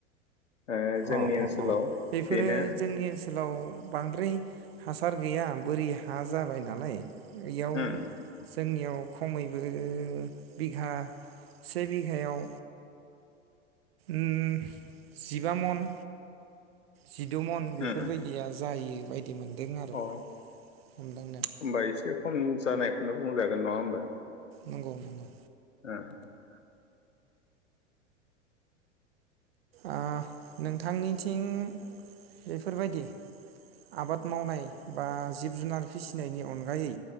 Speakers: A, on the left (about 75°); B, on the right (about 55°).
A: ओ जोंनि
B: अ अ
A: ओनसोलाव
B: अ बेफोरो
A: बेनो
B: जोंनि ओनसोलाव बांद्राय हासार गैया बोरि हा जाबाय नालाय इयाव
A: उम उम
B: जोंनियाव खमैबो बिगा से बिगायाव उम जिबामन जिद' मन बेफोरबायदिया
A: उम
B: जायो। बिदि मोनदों आरो
A: अ
B: हमदांनायाव
A: होमबा एसे खम जानायखौनो बुंजागोन नङा होमबा।
B: नंगौ नंगौ
A: ओं
B: आ नोंथांनिथिं बेफोरबायदि आबाद मावनाय बा जिब जुनार फिसिनायनि अनगायै